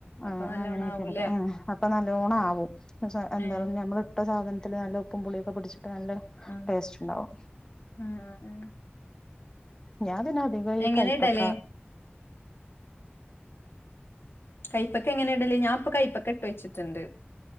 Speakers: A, on the left (about 70°); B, on the left (about 15°).
A: അപ്പൊ
B: ആഹ
A: നല്ലോണം
B: അങ്ങനെയൊക്കെ
A: ആവൂലേ
B: എടുക്കും ആ അപ്പൊ ന ലോണം ആവും <unintelligible> എന്താ
A: ഏഹ്
B: പറ നമ്മള് അപ്പംസാധനത്തിന് നല്ല ഉപ്പും പുളയൊക്കെ പിടിച്ചു നല്ല
A: ആഹ്
B: ടേസ്റ്റ് ഉണ്ടാവും
A: ആഹ് ആഹ്
B: ഞാൻ പിന്ന അതിവൈ
A: എങ്ങനെ
B: കൈപ്പക്ക
A: ഇടല് കൈ്പപ്പക്ക എങ്ങനെ ഇടല്ല് ഞാൻ നപ്പ കൈപ്പക്ക ഇട്ട് വച്ചിട്ടുണ്ട്